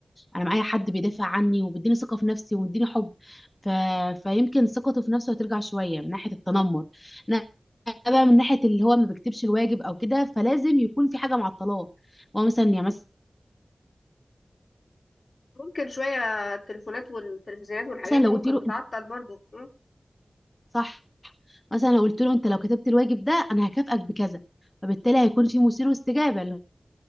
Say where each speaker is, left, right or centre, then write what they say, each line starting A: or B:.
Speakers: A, on the left; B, on the left.
A: انا معايا حد بيدافع عني وبيديني ثقه في نفسي ومديني حب ف... فيمكن ثقته في نفسه هترجع شويه من ناحيه التنمر انا بقى من ناحيه اللي هو ما بيكتبش الواجب او كده فلازم يكون في حاجه معطلاه هو مثلا يعني مس-
B: ممكن شوية التليفونات والتلفزيونات والحاجات
A: مثلا لو
B: دي ممكن
A: قلت له
B: بتعطل
A: انت
B: برضو م?
A: صح مثلا لو قلت له انت لو كتبت الواجب ده انا هكافئك بكذا فبالتالي هيكون في مثير واستجابه اللي